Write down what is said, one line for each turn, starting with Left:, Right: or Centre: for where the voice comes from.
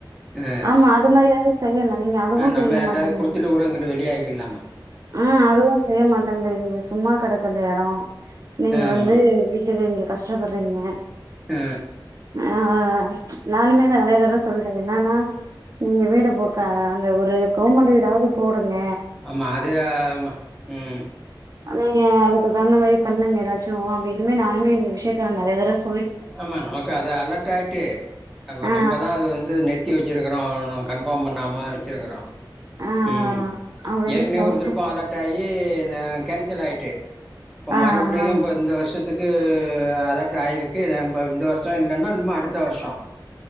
Centre: அ
Right: ஆமா அது மாரியாவது செய்யலா நீங்க அதுவு
Centre: ஆ நம்ம
Right: செய்ய
Centre: ஏதாவது
Right: மாட்டேங்கிறீங்க
Centre: குடுத்துட்டு கூட இங்கிட்டு வெளிய ஆயிட்ல்லாமே
Right: ஆ அதுவு செய்ய மாட்டேங்கிறீங்களே சும்மா கெடக்க இந்த எடோ நீங்க
Centre: ஆமாம்
Right: வந்து வீட்டுக்கு இங்க கஷ்டப்படுறீங்க
Centre: ஆ
Right: ஆ நானுமே நா நெறைய தடவ சொல்டேங்க என்னான்னா நீங்க வீடு போக்க அந்த ஒரு கவுமண்டு வீடாவது போடுங்க
Centre: ஆமாம் அது ஆமா ம்
Right: ஆ நீங்க அதுக்கு தகுந்த மாரி பண்ணுங்க ஏதாச்சு அப்டின்னுமே நானுமே இந்த விஷயத்துல நெறைய தடவ ச்
Centre: ஆமா நமக்கு அது அலர்ட் ஆயிட்டு அப்ப
Right: ஆ
Centre: நம்பதா அது வந்து நெ த்தி வெச்சிருக்கோ கன்ஃபார்ம் பண்ணாம வொச்சிருக்குறோ
Right: ஆ ஆ
Centre: ம்
Right: அப்டின்னு
Centre: ஏற்கனவே
Right: சொன்னே
Centre: ஒருதரு இப்போ அலர்ட் ஆகி நா கேன்சல் ஆயிட்டு இப்ப
Right: ஆ
Centre: மறுபிடியு
Right: ஆ
Centre: இப்ப இந்த வருஷத்துக்கு அலர்ட் ஆயிருக் கு நம்ப இந்த வருஷொ இல்லைன்னா இன்ம அடுத்த வருஷொ